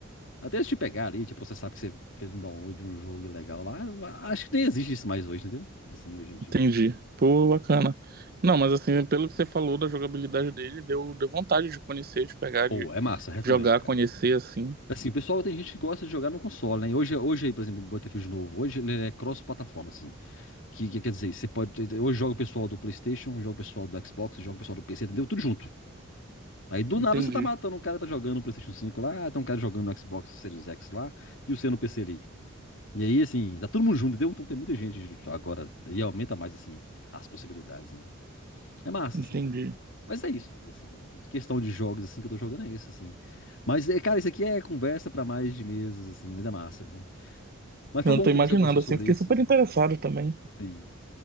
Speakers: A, on the left (about 65°); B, on the right (about 50°).
A: Até se te pegar ali, te processar porque você fez um download de um jogo ilegal lá, acho que nem existe isso mais hoje, entendeu? Assim, hoje em dia.
B: Entendi. Pô, bacana. Não, mas assim, pelo que você falou da jogabilidade dele, deu, deu vontade de conhecer, de pegar, de
A: Ou, é massa, recomendo,
B: jogar,
A: cara.
B: conhecer, assim.
A: Assim, o pessoal tem gente que gosta de jogar no console, né? Hoje, hoje aí, por exemplo, o Battlefield novo, hoje ele é cross-plataforma, assim. Que, que quer dizer, você pode. Hoje joga o pessoal do PlayStation, joga o pessoal do Xbox, joga o pessoal do PC, entendeu? Tudo junto. Aí do
B: Entendi,
A: nada você tá matando, um cara tá jogando no PlayStation cinco lá, tem um cara jogando no Xbox Series X lá, e o seu no PC ali. E aí, assim, tá todo mundo junto, entendeu? Então tem muita gente agora, e aumenta mais, assim, as possibilidades, né? É massa,
B: entendi.
A: assim. Mas é isso, Lucas, assim, de questão de jogos, assim, que eu tô jogando é isso, assim. Mas, é, cara, isso aqui é conversa pra mais de meses, assim, mas é massa, viu? Mas
B: Não
A: foi bom
B: tô imaginando,
A: conversar com você sobre
B: assim, fiquei
A: isso,
B: super
A: assim.
B: interessado também.
A: Sim.